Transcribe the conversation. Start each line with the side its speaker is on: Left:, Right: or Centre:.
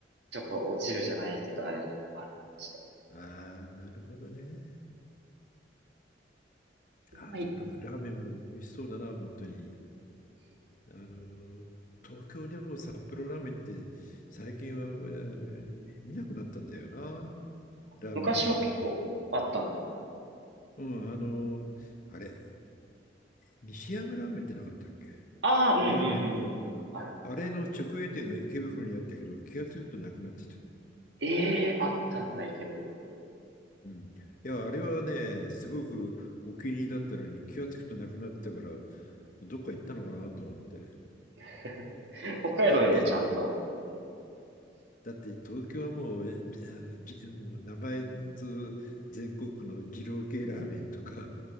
Right: ちょっと落ちるじゃないけど、あれなのもあるかもしれな
Left: うん。ああ、なるほどね。
Right: い。
Left: ああでもなんかラーメンも美味しそうだな、
Right: うまい。
Left: 本当に。
Right: うん
Left: あの、東京でも札幌ラーメンって最近はあの見なくなったんだよな、ラーメン屋さんでも。
Right: 昔は結構あったんだ。
Left: うん、あの、あれ、西山ラーメンってなかったっけ
Right: ああ、うんうん
Left: ラーメン、
Right: うんうん。あるある。
Left: あれの直営店が池袋にあったけど、気がつくとなくなってた。
Right: ええあったんだ、池袋に。
Left: うん。いや、あれはね、すごくお気に入りだったのに、気がつくとなくなったから、どっか行ったのかなと思って。
Right: <laughs> 北海道にはちゃんと、
Left: だって、
Right: うん、
Left: だって東京はもう、あの、じもう名前ず全国区の二郎系ラーメンとか、